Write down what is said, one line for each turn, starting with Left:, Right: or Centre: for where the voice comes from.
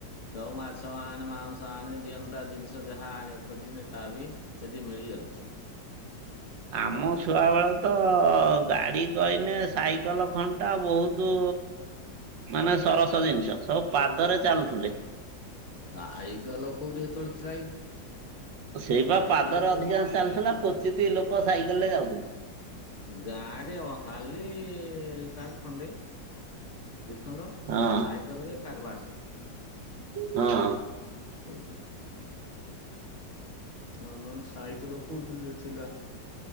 Left: ସବୁ ମାଛ ଆଣେ ମାଉଁସ ଆଣି ଜିଅନ୍ତା ଜିନିଷ ଯାହା ଆଣ ଖୋଜିନେ ତା ବି ସେଠି ମିଳିଯାଉଛି।
Right: ଆମ ଛୁଆ ବେଳେ ତ ଗାଡ଼ି କହିନେ ସାଇକେଲ ଖଣ୍ଟା ବହୁତ ତୁ ମାନେ ସରସ ଜିନିଷ ସବୁ ପାଦରେ ଚାଲୁଥିଲେ।
Left: ସାଇ ଗଲ କୋଉଠି ସେତେବେଳେ ଥିଲା କି?
Right: ସେଇପା
Left: ସାଇକଲ
Right: ପାଦରେ
Left: କୋଉ
Right: ଅଧିକାଂଶ ଚାଲିଥିଲା କୋଚିତ୍ ଲୋକ ସାଇକେଲ ରେ ଯାଉଥିଲେ।
Left: ଗାଁ ରେ ଅହାଲି କାହାର ଖଣ୍ଡେ ଦିଖଣ୍ଡ
Right: ହଁ
Left: ସାଇକେଲରେ କାରବାର
Right: ହଁ
Left: ହଉଥିଲା। ଅ ନହେଲେ ସାଇକେଲ କୋଉଠି ଥିଲା?